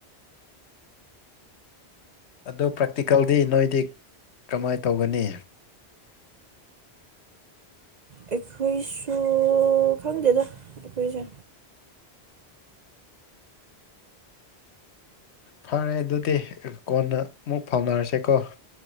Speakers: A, on the left (about 80°); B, on the right (about 50°).
A: ꯑꯗꯨ ꯄ꯭ꯔꯥꯛꯇꯤꯀꯦꯜꯗꯤ ꯅꯣꯏꯗꯤ ꯀꯃꯥꯏꯅ ꯇꯧꯒꯅꯤ
B: ꯑꯩꯈꯣꯏꯁꯨ ꯈꯪꯗꯦꯗ ꯑꯩꯈꯣꯏꯁꯦ
A: ꯐꯔꯦ ꯑꯗꯨꯗꯤ ꯀꯣꯟꯅ ꯑꯃꯨꯛ ꯐꯥꯎꯅꯔꯁꯦꯀꯣ